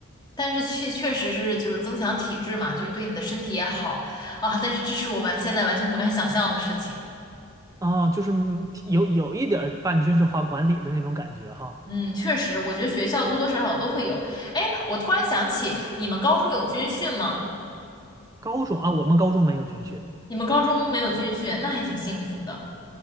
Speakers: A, on the left; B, on the right.
A: 但是确确实是就是增强体质嘛，就对你的身体也好啊。但是这是我完现在完全不敢想象的事情。
B: 啊，就是嗯有有一点儿半军事化管理的那种感觉哈。
A: 嗯，确实，我觉得学校多多少少都会有。哎，我突然想起，你们高中有军训吗？
B: 高中啊，我们高中没有军训
A: 你们高中没有军训，那还挺幸福的。